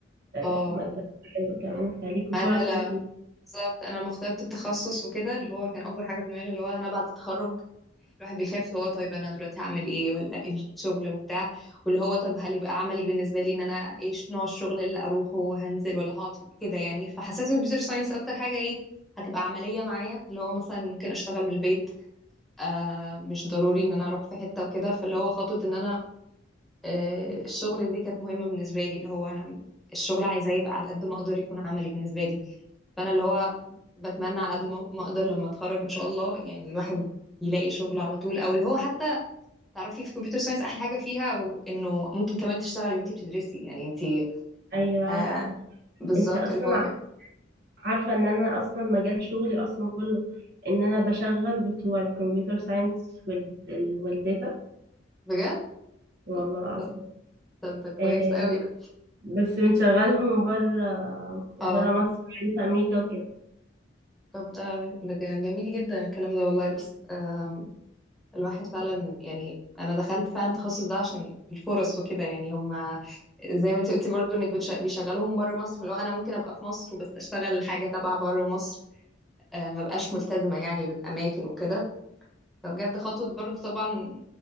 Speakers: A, on the right; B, in the centre.
A: آه،
B: اه
A: مجالكوا حلو كمان فليكوا
B: انا
A: فرص كتير
B: لا بالظبط انا لما اخترت التخصص وكده اللي هو كان اكبر حاجة في دماغي اللي هو انا بعد التخرج الواحد بيخاف هو طيب انا دلوقتي هعمل ايه ولا ايه الشغل وبتاع واللي هو طب هل يبقى عملي بالنسبه لي ان انا ايه ش- نوع الشغل اللي اروحه هنزل ولا هقعد في- كده يعني فحسيت الكمبيوتر ساينس اكتر حاجه ايه هتبقى عمليه معايا اللي هو مثلا ممكن اشتغل من البيت آه مش ضروري ان انا اروح في حته وكده فاللي هو خطوه ان انا آه الشغل دي كانت مهمه بالنسبه لي اللي هو انا الشغل عايزاه يبقى على قد ما اقدر يكون عملي بالنسبه لي فانا اللي هو بتمنى على قد ما ما اقدر لما اتخرج ان شاء الله يعني الواحد يلاقي شغل على طول او اللي هو حتى تعرفي في كمبيوتر ساينس احلى حاجه فيها و- انه ممكن كمان تشتغلي وانتي بتدرسي يعني انتي
A: ايوه عارفة
B: آه بالظبط
A: انت اصلا
B: اللي هو
A: عارفة ان انا اصلا مجال شغلي اصلا كله ان انا بشغل بتوع الكمبيوتر ساينس والداتا
B: بجد
A: والله
B: طب
A: العظيم
B: طب طب ده كويس
A: آه،
B: قوي ده
A: بس بنشغلهم بره بره
B: اه
A: مصر يعني في امريكا وكده
B: طب ده ده ج- جميل جدا الكلام ده والله بس آم، الواحد فعلا يعني انا دخلت فعلا التخصص ده عشان الفرص وكده يعني هم زي ما انت قلتي برضو انك بتش- بيشغلوهم بره مصر فلو انا ممكن ابقى في مصر وبس اشتغل حاجه تبع بره مصر آه، ما بقاش ملتزمه يعني بالاماكن وكده فبجد خطوة برضو طبعا